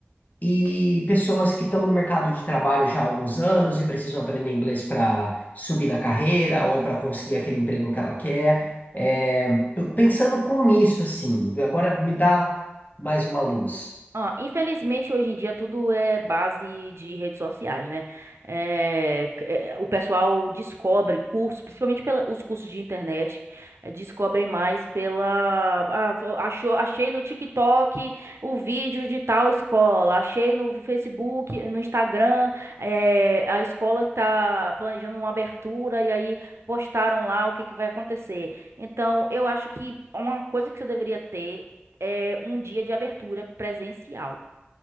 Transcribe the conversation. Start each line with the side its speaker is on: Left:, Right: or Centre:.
Left: e pessoas que estão no mercado de trabalho já há alguns anos e precisam aprender inglês para subir na carreira ou para conseguir aquele emprego que ela quer? É, tô pensando com isso, assim, agora me dá mais uma luz.
Right: Ah, infelizmente, hoje em dia tudo é base de redes sociais, né? É, c- é, o pessoal descobre cursos, principalmente pela, os cursos de internet, é, descobrem mais pela. Ah, só achou, achei no TikTok o vídeo de tal escola, achei no Facebook, no Instagram, é, a escola que tá planejando uma abertura e aí postaram lá o que que vai acontecer. Então, eu acho que uma coisa que você deveria ter é, um dia de abertura presencial.